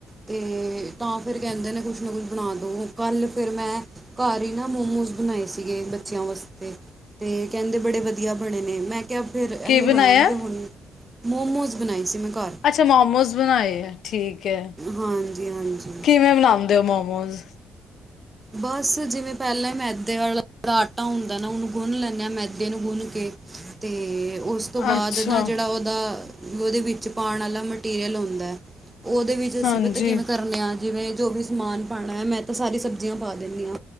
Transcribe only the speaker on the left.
ਕੀ ਬਣਾਇਆ
ਅੱਛਾ, ਮੋਮੋਸ ਬਨਾਏ ਐ, ਠੀਕ ਐ,
ਕਿਵੇਂ ਬਣਾਂਦੇ ਓ, ਮੋਮੋਸ?
ਅੱਛਾ
ਹਾਂਜੀ